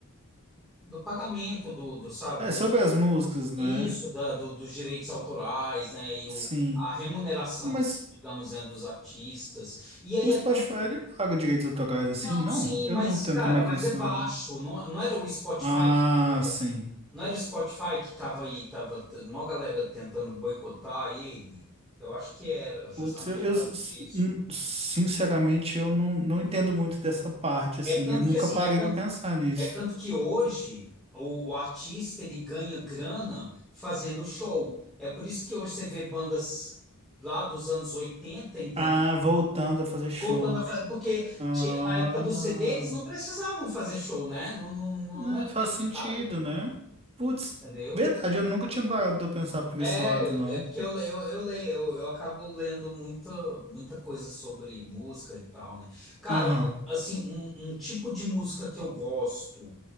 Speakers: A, in the centre; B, on the right.
A: do pagamento do, do, sabe,
B: É
A: do,
B: sobre as músicas, né?
A: isso, da, do, dos direitos autorais, né? E
B: Sim.
A: o, a remuneração,
B: Ah, Mas
A: assim, digamos, né, dos artistas. E aí
B: O
A: é
B: Spotify ele paga direitos autorais assim,
A: Não,
B: não?
A: sim,
B: Eu
A: mas,
B: não entendo
A: cara,
B: como é
A: mas
B: que funciona.
A: é baixo. Não, não era o Spotify
B: Ah,
A: que tava.
B: sim.
A: Não era o Spotify que tava aí, tava t- mó galera tentando boicotar ele. Eu acho que era, justamente
B: Putz, eu, eu,
A: por causa
B: s-
A: disso.
B: sinceramente eu não, não entendo muito dessa parte assim.
A: É tanto
B: Eu nunca
A: que assim,
B: parei
A: é tanto,
B: pra pensar nisso.
A: é tanto que hoje o, o artista ele ganha grana fazendo show. É por isso que hoje você vê bandas lá dos anos 80, entendeu?
B: Ah, voltando a fazer show.
A: Voltando a fazer, porque
B: Ah,
A: ti- na época do CD eles não precisavam fazer show, né? Não, não, não
B: né,
A: não era
B: faz
A: necessário.
B: sentido, né? Putz,
A: Entendeu?
B: verdade, eu nunca tinha parado de pensar por
A: É,
B: esse lado, não.
A: é porque eu, le- eu, eu leio, eu, eu acabo lendo muita, muita coisa sobre música e tal, né? Cara,
B: Aham,
A: assim, um, um tipo de música que eu gosto